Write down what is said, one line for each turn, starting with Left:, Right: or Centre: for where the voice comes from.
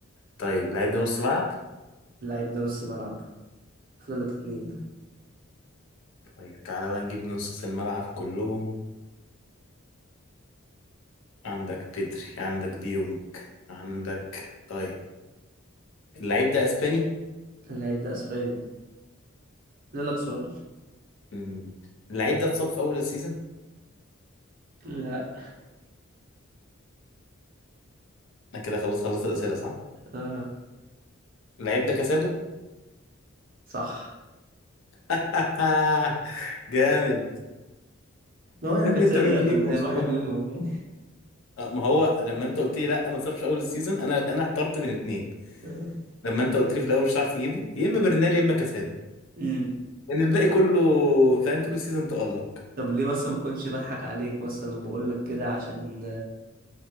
Left: طيب اللعيب ده نص ملعب
Right: اللعيب ده نص ملعب فاضل لك اتنين
Left: طيب تعالى بقى نجيب نص الملعب كلهم عندك بيدري عندك ديونج عندك طيب اللعيب ده اسباني
Right: اللعيب ده اسباني فاضل لك سؤال
Left: مم. اللعيب ده اتصاب في اول السيزون
Right: لا
Left: انا كده خلاص خلصت الاسئله صح
Right: آه.
Left: اللعيب ده كاسادو
Right: صح
Left: <laughs> جامد
Right: ما هو يا
Left: يا
Right: كاسادو
Left: ابني انت بتجيلي
Right: يا برنال
Left: في برشلونه
Right: واحد منهم يعني
Left: آه، ما هو لما انت قلت لي لا ما اتصابش في اول السيزون انا انا احترت من اتنين
Right: <laughs>
Left: لما انت قلت لي في الاول مش هتعرف تجيبه يا اما برنال يا اما كاسادو
Right: امم
Left: لان الباقي كله فاهم طول السيزون تالق
Right: طب ليه بس ما كنتش بضحك عليك مثلا وبقول لك كده عشان